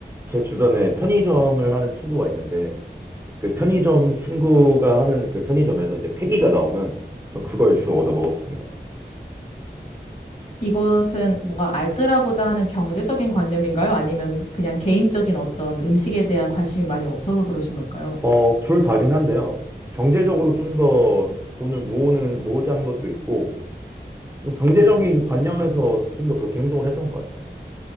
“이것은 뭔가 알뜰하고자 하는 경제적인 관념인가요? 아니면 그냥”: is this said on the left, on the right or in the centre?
Left